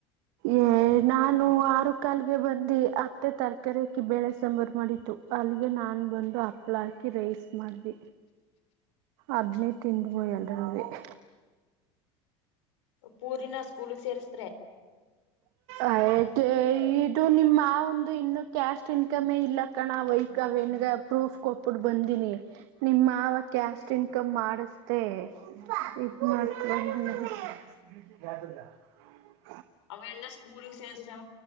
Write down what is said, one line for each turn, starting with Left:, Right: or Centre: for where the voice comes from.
Right: ಏ -ನಾನು ಆರು ಕಾಲಗೆ ಬಂದು ಅತ್ತೆ ತರಕಾರಿಕ್ಕಿ ಬೇಳೆ ಸಾಂಬಾರು ಮಾಡಿತು. ಅಲ್ಲಿಗೆ ನಾನ್ ಬಂದು ಹಪ್ಳ ಹಾಕಿ ರೈಸ್ ಮಾಡ್ದ್. ಅದ್ನೇ ತಿಂದ್ಬೋ <unintelligible> ಹೇಳ್ದಾಳು <unintelligible>
Left: ಪೂರ -ನಾ -ಸ್ಕೂಲ್ ಸೇರಿಸ.
Right: ಅತ ನಿಮ್ಮಾ <unintelligible> ಒಂದು ಇನ್ನು ಕ್ಯಾಶಟ್ ಇನ್ಕಮೇ ಇಲ್ಲ ಕಣ ವೈಫ ಅವ ಹೆನ್ಗ ಪ್ರೂಫ್ ಕೊಟ್ಬಿಟ್ಟ ಬಂದೀನಿ. ನಿಮವ ಕ್ಯಾಸ್ಟ್ ಇನ್ಕಮ್ ಮಾಡಿಸೇ ಇದ ಮಾಡ. ಯ್ದಿಂದ <unintelligible>
Left: ಅವ ಎಲ್ಲ ಸ್ಕೂಲುಕ್ ಸೇರಿಸಸ